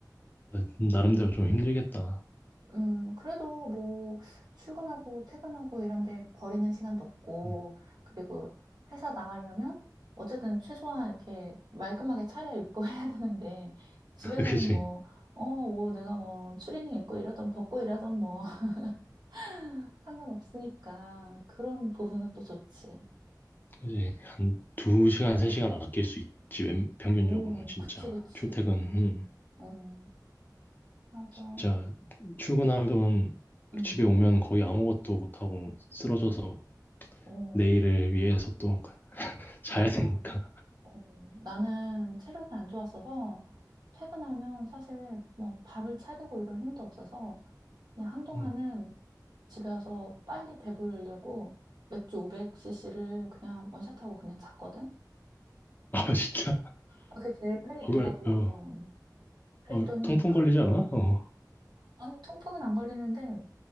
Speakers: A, on the left; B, on the right.
A: 아, 나름대로 좀 힘들겠다.
B: 음, 그래도 뭐, 출근하고 퇴근하고 이런데 버리는 시간도 없고,
A: 응.
B: 그리고 회사 나가려면, 어쨌든 최소한 이렇게 말끔하게 차려입고 <laughs> 해야 되는데, 집에서는
A: <laughs> 그치.
B: 뭐, 어, 뭐 내가 뭐, 추리닝 입고 이러던 벗고 이러던 뭐, <laughs> 상관없으니까, 그런 부분은 또 좋지.
A: 그치. 한 두시간세시간 아낄 수 있지. 웬- 평균적으로,
B: 오,
A: 진짜.
B: 그치, 그치.
A: 출퇴근, 음.
B: 어, 맞아.
A: 진짜, 출근하면
B: 응,
A: 집에 오면 거의 아무것도 못하고 쓰러져서
B: 어,
A: 내일을 위해서 또 자야
B: 맞아.
A: 되니까.
B: 어, 나는 체력이 안 좋았어서 퇴근하면 사실 뭐 밥을 차리고 이럴 힘도 없어서 그냥 한동안은
A: 음.
B: 집에 와서 빨리 배부르려고 맥주 500cc를 그냥 원샷하고 그냥 잤거든.
A: <laughs> 아, 진짜.
B: 아, 그게 제일 빨리 배가
A: 그걸,
B: 불러.
A: 어,
B: 그랬더니
A: 어, 통풍
B: 그
A: 걸리지 않아? 어.
B: 아니 통풍은 안 걸리는데